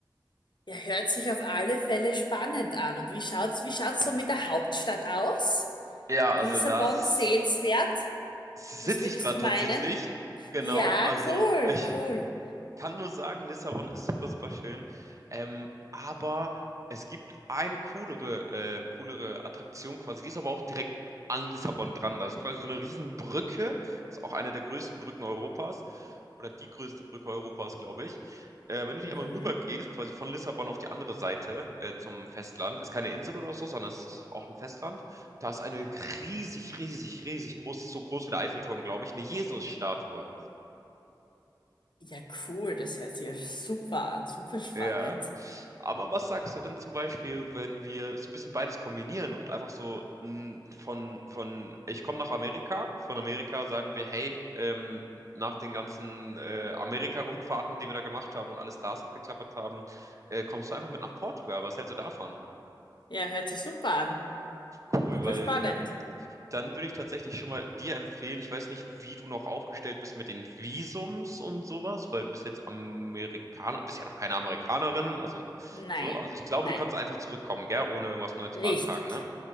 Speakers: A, on the left (about 70°); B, on the right (about 40°).
A: Ja, hört sich auf alle Fälle spannend an. Und wie schaut's, wie schaut's so mit der Hauptstadt aus?
B: Ja, also
A: Lissabon
B: das
A: sehenswert?
B: sitze
A: Was würdest
B: ich gerade
A: du
B: tatsächlich.
A: meinen?
B: Genau,
A: Ja,
B: also
A: cool,
B: ich
A: cool.
B: kann nur sagen, Lissabon ist super, super schön. Ähm, aber es gibt eine coolere, äh, coolere Attraktion quasi. Die ist aber auch direkt an Lissabon dran. Da ist quasi so eine Riesenbrücke. Ist auch eine der größten Brücken Europas. Oder die größte Brücke Europas, glaube ich. Äh, wenn du
A: Mhm.
B: die einmal rüber gehst, quasi von Lissabon auf die andere Seite äh, zum Festland, ist keine Insel oder so, sondern es ist auch ein Festland. Da ist eine riesig, riesig, riesig groß, so groß wie der Eiffelturm, glaube ich, eine Jesusstatue.
A: Ja, cool. Das hört sich ja super an, super spannend.
B: Ja. Aber was sagst du denn zum Beispiel, wenn wir so ein bisschen beides kombinieren und einfach so mm, von, von ich komme nach Amerika, von Amerika sagen wir, hey, ähm, nach den ganzen äh, Amerika-Rundfahrten, die wir da gemacht haben und alle Stars abgeklappert haben, äh, kommst du einfach mit nach Portugal. Was hältst du davon?
A: Ja, hört sich super an,
B: Cool,
A: super
B: weil,
A: spannend.
B: ähm, dann würde ich tatsächlich schon mal dir empfehlen ich weiß nicht, wie du noch aufgestellt bist mit den Visums und sowas weil du bist jetzt Amerikaner bist ja noch keine Amerikanerin, also
A: Nein,
B: so. Also, ich glaube,
A: nein.
B: du kannst einfach zurückkommen, gell, ohne irgendwas neu zu
A: Richtig,
B: beantragen, ne?